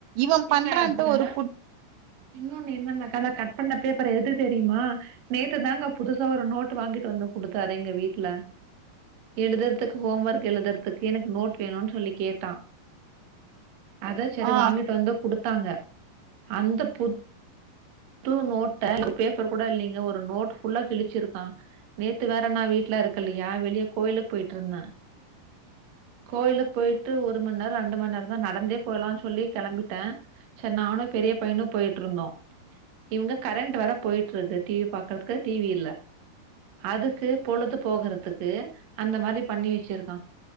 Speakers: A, on the right; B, on the right.
A: இவன்
B: ஏங்க
A: பண்றான்ட்டு
B: அதுல
A: ஒரு குட்
B: இன்னொன்னு என்னன்னாக்கா நா கட் பண்ண பேப்பர் எது தெரியுமா நேத்து தாங்க புதுசா ஒரு நோட்டு வாங்கிட்டு வந்து குடுத்தாரு எங்க வீட்டுல எழுதற்துக்கு ஹோம் வர்க் எழுதற்துக்கு எனக்கு நோட் வேணுன்னு சொல்லி கேட்டா அதா சரி
A: ஆ
B: வாங்கிட்டு வந்த குடுத் டாங்க அந்த புத் து நோட்ட அதுல ஒரு பேப்பர் கூட இல்லிங்க ஒரு நோட் ஃபுல்லா கிழிச்சிருக்கா நேத்து வேற நா வீட்டுல இருக்கல்லையா வெளியே கோயிலுக் போய்ட்டிருந்தே கோயிலுக்கு போய்ட்டு ஒரு மண் நேர ரெண்டு மண் நேரந்தா நடந்தே போயலான்னு சொல்லி கெளம்பிட்டே செ நானு பெரிய பையனு போயிட்டிருந்தோ இவங்க கரண்ட் வேர போய்ட்டிருக்கு டி வி பாக்கறதுக்கு டி வி இல்ல அதுக்கு பொழுது போகறதுக்கு அந்த மாரி பண்ணி வச்சிருக்கா